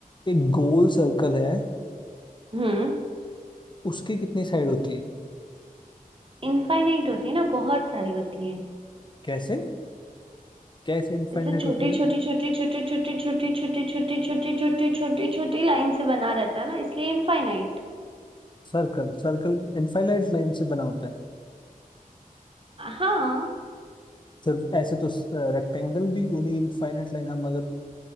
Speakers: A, on the left; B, on the right.
A: एक गोल सर्कल है
B: हम्म
A: उसकी कितनी साइड होती है
B: इनफाइनाइट होती है ना बहुत सारी होती हैं
A: कैसे कैसे इनफाइनाइट
B: ऐसे छोटी
A: होती है
B: छोटी छोटी छोटी छोटी छोटी छोटी छोटी छोटी छोटी छोटी छोटी लाइन से बना रहता है ना इसलिए इनफाइनाइट
A: सर्कल सर्कल इनफाइनाइट लाइन से बना होता है
B: हाँ
A: सिर्फ ऐसे तो रेक्टेंगल भी उन्हीं इनफाइनाइट लाइन हम अगर